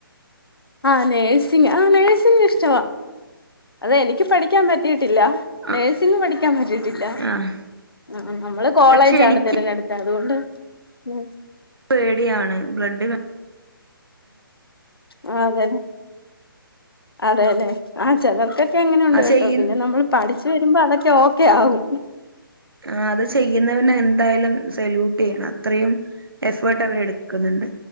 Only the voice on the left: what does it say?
ആഹ് നേഴ്സിങ് ആ നേഴ്സിങ്ങ് ഇഷ്ട വ. അതെ എനിക്ക് പഠിക്കാൻ പറ്റിയിട്ടില്ല.
നേഴ്സിംഗ് പഠിക്കാൻ പറ്റീട്ടില്ല.
ആ നമ്മള് കോളേജാണ്
തിരഞ്ഞെടു- അതുകൊണ്ട് ഉം.
ആ അതെല്ലെ അതെ അല്ലെ ആഹ് ചെലർക്ക ക്കെ അങ്ങനെയുണ്ട്
കേട്ടോ
പിന്നെ നമ്മൾ പഠിച്ചു വരുമ്പോ അതൊക്കെ ഓക്കെ ആകും